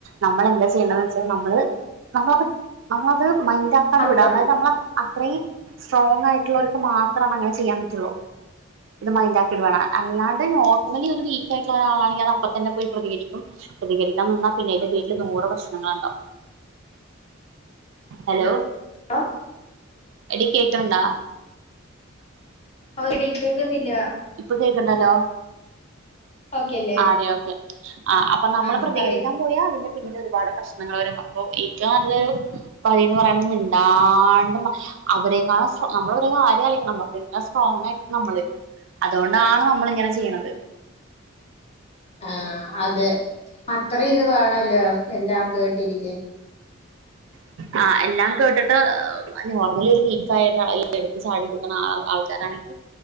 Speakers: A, on the right; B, on the left.
A: നമ്മൾ എന്താ ചെയ്യേണ്ടന്ന് വെച്ചാൽ നമ്മള് നമ്മളത് നമ്മ- അത് മൈൻ ഡാക്കാണ്ട്
B: അത്ര
A: വിട അതായത് നമ്മൾ അത്രയും സ്ട്രോങ് ആയിട്ടുള്ളോര്ക്ക് മാ ത്രാണ് അങ്ങനെ ചെയ്യാൻ പറ്റുള്ളൂ. ഇത് മൈൻഡ ആക്കിടു വാണ അല്ലാണ്ട് നോർമലി ഒരു വീക്ക് ആയിട്ട്ള്ള ഒരാളാണെങ്കി അത് അപ്പ തന്നെ പോയി പ്രതികരിക്കും. പ്രതികരിക്കാൻ നിന്ന, പിന്നെയ്ന്റെ പേര്ല് നൂറ് പ്രശ്നങ്ങളാണ്ടാവും. ഹലോ
B: ആ
A: എടീ കേട്ട <unintelligible> ണ്ടാ
B: അ വ്ടെ കേൾക്കുന്നില്ല
A: ഇപ്പൊ കേക്കണ്ടല്ലോ
B: ഓക്കെല്ലേ
A: ആടി ഓക്കെ ആ അപ്പൊ നമ്മള്
B: ആ
A: പ്രതികരിക്കാൻ
B: പറയ്
A: പോയാ അതിന്റെ പിന്നീട് ഒരുപാട് പ്രശ്നങ്ങള് വരുമ്പോ ഒക്കെ ഏറ്റവും നല്ലൊരു വഴി പറയണത് മിണ്ടാണ്ട് ന്ന് അവരെങ്ങാനും നമ്മൾ അവരെ ആരെ നമ്മുക്ക് എല്ലാം സ്ട്രോങ്ങ് ആയിരിക്കും നമ്മള് അതുകൊണ്ടാണ് നമ്മള് ഇങ്ങനെ ചെയ്യണത്
B: ആ അതെ അത്ര ഇത് വേണോല്ലോ എല്ലാം കേട്ട് ട്ടിരിക്കാൻ
A: ആ എല്ലാം കേട്ടിട്ട് നോർമലി ഒരു വീക്സ് ആയവരാണ് ഈ വെളുത്ത സാരി ഉടുക്കുന്ന ആള് ആൾക്കാരാണെങ്കിലും